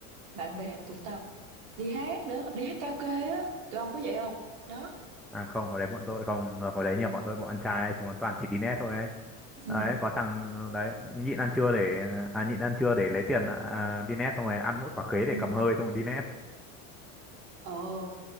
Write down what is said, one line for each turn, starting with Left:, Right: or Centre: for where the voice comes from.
Right: bạn bè tụ tập đi hát nữa đi hát karaoke á tụi ông có vậy không đó
Centre: À không, hồi đấy bọn tôi không, hồi đấy nhiều bọn tôi bọn ăn trai ấy, chúng nó toàn chỉ đi net thôi ấy.
Right: ừ
Centre: Đấy, có thằng đấy nhịn ăn trưa để à, nhịn ăn trưa để lấy tiền à, đi net xong rồi ăn mỗi quả khế để
Right: ừ
Centre: cầm hơi xong rồi đi net.
Right: ờ